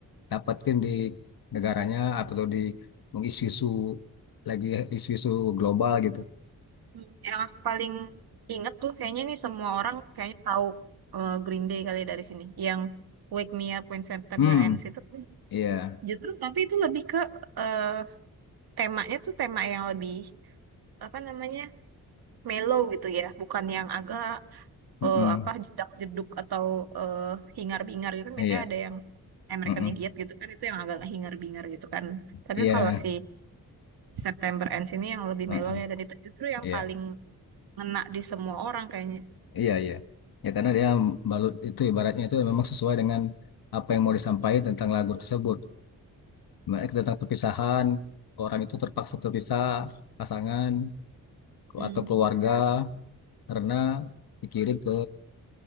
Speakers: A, on the left; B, on the right.
A: dapetin di negaranya atau di isu-isu lagi isu-isu global gitu.
B: Hmm. Yang aku paling inget tuh kayaknya nih semua orang kayaknya tahu eh, Green Day kali ya dari sini. Yang Wake Me Up When September
A: Hmm,
B: Ends itu
A: iya,
B: justru tapi itu lebih ke eh, temanya tuh tema yang lebih apa namanya mellow gitu ya, bukan yang agak
A: Mm-mm.
B: eh, apa jedak-jeduk atau eh, hingar-bingar gitu kan
A: iya,
B: biasanya ada yang American
A: Mm-mm.
B: Idiot gitu kan itu yang agak hingar-bingar gitu kan. Tapi
A: iya,
B: kalau si September Ends ini yang lebih
A: Mm-mm.
B: mellow ya dan itu justru yang
A: iya.
B: paling ngena di semua orang kayaknya.
A: Iya, iya. Ya karena dia balut itu ibaratnya itu memang sesuai dengan apa yang mau disampaikan tentang lagu tersebut. Mereka tentang perpisahan, orang itu terpaksa terpisah, pasangan
B: Hmm.
A: atau keluarga karena dikirim ke,